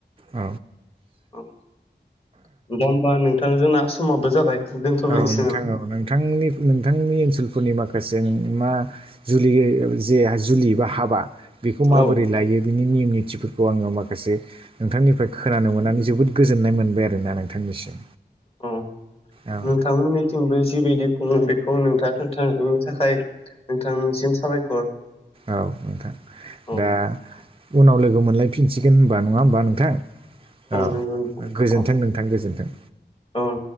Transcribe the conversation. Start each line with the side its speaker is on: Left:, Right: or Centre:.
Right: औ
Left: <inaudible> ओम दा होमबा नोंथां जोंना समाबो जाबाय। दोनथ'लायनोसै
Right: औ नोंथां
Left: नामा
Right: औ नोंथांनि नोंथांनि ओनसोलफोरनि माखासे नों मा जुलि जे जुलि बा हाबा बेखौ माबोरै
Left: औ
Right: लायो बिनि नियम निथिफोरखौ आङो माखासे नोंथांनिफ्राय खोनानो मोननानै जोबोद गोजोननाय मोनबाय आरोना नोंथांनिसिम।
Left: ओम <inaudible>
Right: औ
Left: नोंथांमोननिथिंबो जिबायदि बुङो बेखौ नोंथाङा खोन्थानायनि थाखाय नोंथांनिसिम साबायखर।
Right: औ नोंथां
Left: औ
Right: दा उनाव लोगो मोनलायफिनसिगोन होनबा नङा होमबा नोंथां। औ
Left: नंगौ नोंथां
Right: गोजोनथों
Left: औ
Right: नोंथां गोजोनथों
Left: औ